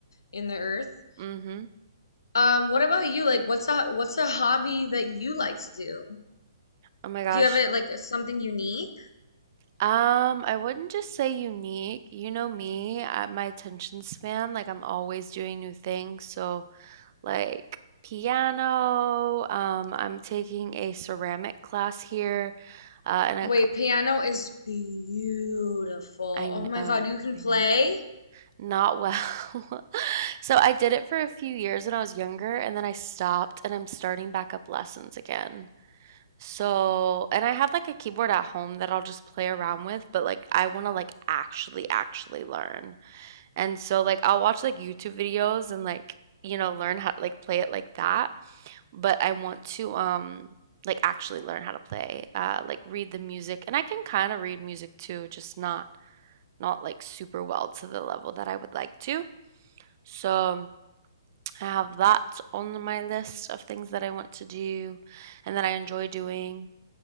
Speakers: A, on the left; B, on the right.
A: in the earth.
B: Mm-hmm.
A: Um, what about you? Like, what's a what's a hobby that you like to do?
B: Oh my gosh.
A: Do you have it like something unique?
B: Um, I wouldn't just say unique. You know me, at my attention span, like I'm always doing new things. So like piano. Um, I'm taking a ceramic class here, uh, and a
A: Wait,
B: couple.
A: piano is beautiful.
B: I know,
A: Oh my God, you can
B: I
A: play?
B: know, not well. <laughs> So I did it for a few years when I was younger, and then I stopped, and I'm starting back up lessons again. So, and I have like a keyboard at home that I'll just play around with, but like I want to like actually actually learn. And so like I'll watch like YouTube videos and like you know learn how like play it like that. but I want to um like actually learn how to play, uh like read the music and I can kind of read music too, just not not like super well to the level that I would like to. So um, I have that on my list of things that I want to do and that I enjoy doing.